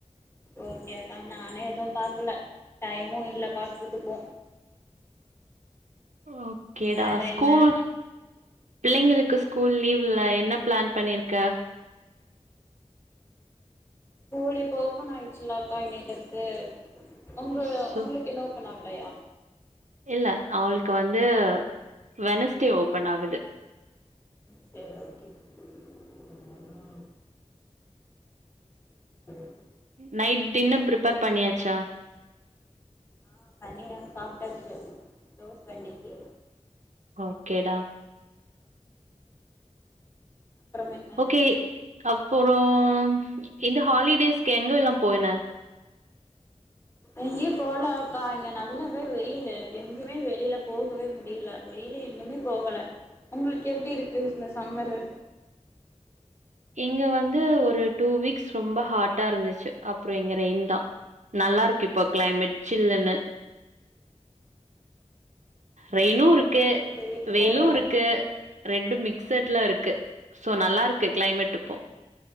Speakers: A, on the left; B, on the right.
A: ஓகே அக்கா நானே எதுவு பாக்கல டைமும் இல்ல பாக்குறதுக்கு
B: ஓக்கேடா
A: வேற
B: ஸ்கூல்
A: என்ன
B: பிள்ளைங்களுக்கு ஸ்கூல் லீவுல்ல என்ன பிளான் பண்ணிருக்க
A: கூலு இப்போ ஓபன் ஆயிச்சுலக்கா இன்னைலிருந்து உங்க
B: ஓ, சு-
A: உங்களுக்கு என்னவோ செயா
B: இல்ல அவளுக்கு வந்து வெனஸ்டே ஓப்பன் ஆகுது
A: சரி ஓக்கே <inaudible> <unintelligible>
B: நைட் டின்னு பிரிப்பர் பண்ணியாச்சா
A: ஆ பண்ணி நாங்க சாப்ட்டாச்சு தோச இன்னைக்கு
B: ஓக்கேடா
A: அப்புறம் என்ன
B: ஓகே அப்புறம் இந்த ஹாலிடேஸ்க எங்கல்லா போன
A: எங்கேயும் போல அக்கா இங்க நல்லாவே வெயிலு எங்யுமே வெளில போகவே முடியல வெளில இன்னுமே போகல உங்களுக்கு எப்படி இருக்கு இந்த சம்மரு
B: இங்க வந்து ஒரு டூ வீக்ஸ் ரொம்ப ஹாட்டா இருந்துச்சு அப்புற இங்க ரெயின் தா நல்லா இருக்கு இப்போ கிளைமேட் சில்லன்னு ரெயினு க்கு
A: இன்னு வெயில்
B: வெயிலு
A: போகல
B: இருக்கு ரெண்டு மிக்சட்ல இருக்கு சோ நல்லா இருக்கு கிளைமேட் இப்போ